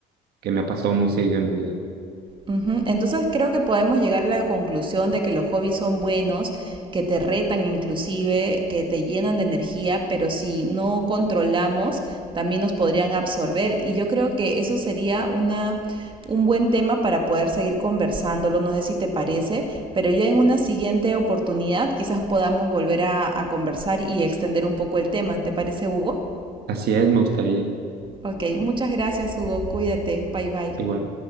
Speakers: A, on the right; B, on the right.
A: que me ha pasado muy seguido en mi vida.
B: Ujú, Entonces creo que podemos llegar a la conclusión de que los hobbies son buenos, que te retan inclusive, que te llenan de energía, pero si no controlamos, también nos podrían absorber. Y yo creo que eso sería una, un buen tema para poder seguir conversándolo, no sé si te parece, pero ya en una siguiente oportunidad quizás podamos volver a, a conversar y extender un poco el tema. ¿Te parece, Hugo?
A: Así es, me gustaría,
B: Ok, muchas gracias, Hugo. Cuídate. Bye bye.
A: igual.